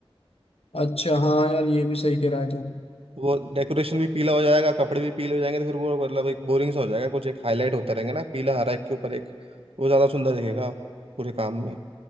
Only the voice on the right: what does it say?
वो डेकोरेशन भी पीला हो जाएगा कपड़े भी पीले हो जाएंगे तो फिर वो मतलब एक बोरिंग सा हो जाएगा कुछ एक हाईलाइट होता रहेंगे ना पीला हरा एक के ऊपर एक वो ज्यादा सुंदर दिखेगा पूरे काम में